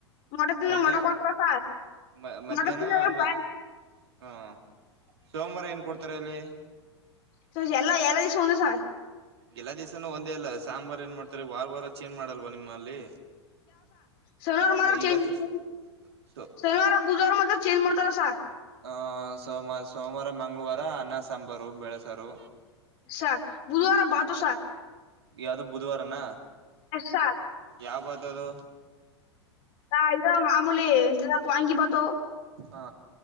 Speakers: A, on the left (about 45°); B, on the right (about 60°).
A: ಮೊಟ ತಿನ್
B: ಮಧ್ಯಾಹ್ನ
A: ಮೊಟಕೊಡ್ತಾರಸ
B: ಮ ಮಧ್ಯಾಹ್ನ
A: ಮೊಟ
B: ಅನ್ನ
A: ಬಾಳೆನ್
B: ಹ ಸೋಮವಾರ ಏನ್ ಅಲ್ಲಿ
A: ಸ ಎಲ್ಲ ಎಲ್ಲ ದ ದಿಸು ಒಂದೇ ಸಾರ್
B: ಎಲ್ಲ ದಿಸಾ ಒಂದೇ ಅಲ್ಲ ಸಾಂಬಾರ್ ಏನ್ ಮಾಡ್ತಾರೆ ವಾರ ವಾರ ಚೇಜ್ ಮಾಡಲ್ವ ನಿಮ್ಮಲ್ಲಿ
A: ಶನಿವಾರ ಮಾತ್ರ
B: ಈಗ
A: ಚೆಂಜ ಮಾಡ್ತಾರಾ
B: ಸೊ
A: ಶಾನಿವಾರ ಬುಧುವಾರ ಮಾತ್ರ ಚೇಂಜ ಮಾಡ್ತರ್ ಸ
B: ಆ ಸೋಮಾರ ಸೋಮವಾರ ಮಂಗಳವಾರ ಅನ್ನ ಸಾಂಬಾರು ಬೆಳೆಸಾರ
A: ಸಹ ಬುಧವಾರ ಬತ ಸಾರ್
B: ಯಾವದು ಬುಧವಾರನಾ
A: ಹಾ ಸರ್
B: ಯಾವ ಬತಅದು
A: <unintelligible> ಮೂಲಿ ಪಾಂಗಿ ಬರ್ತಾವು.
B: ಹಾ